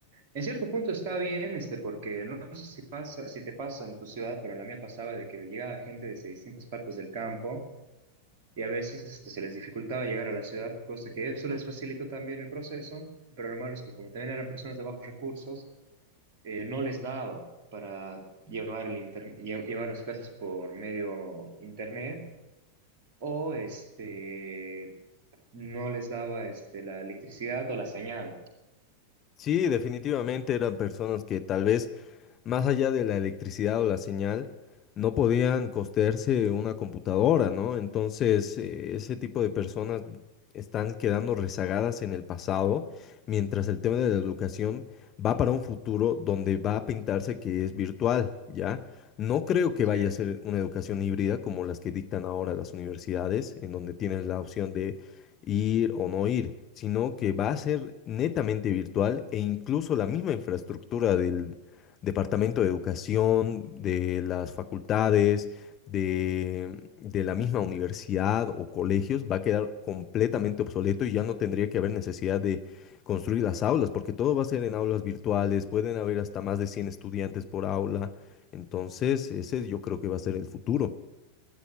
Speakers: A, on the right (about 45°); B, on the left (about 30°).
A: En cierto punto está bien, este, porque no sé si pasa, si te pasa en tu ciudad, pero en la mía pasaba de que llegaba gente desde distintas partes del campo y a veces este, se les dificultaba llegar a la ciudad, cosa que eso les facilitó también el proceso, pero lo malo es que como también eran personas de bajos recursos, eh, no les daba para llevar, el inter- lle- llevar las clases por medio internet o este no les daba este, la electricidad o la señal.
B: Sí, definitivamente eran personas que tal vez más allá de la electricidad o la señal, no podían costearse una computadora, ¿no? Entonces, eh, ese tipo de personas están quedando rezagadas en el pasado, mientras el tema de la educación va para un futuro donde va a pintarse que es virtual, ¿ya? No creo que
A: Sí.
B: vaya a ser una educación híbrida como las que dictan ahora las universidades, en donde tienes la opción de ir o no ir, sino que va a ser netamente virtual e incluso la misma infraestructura del, departamento de educación, de las facultades, de, de la misma universidad o colegios, va a quedar completamente obsoleto y ya no tendría que haber necesidad de construir las aulas, porque todo va a ser en aulas virtuales, pueden haber hasta más de 100 estudiantes por aula, entonces ese yo creo que va a ser el futuro.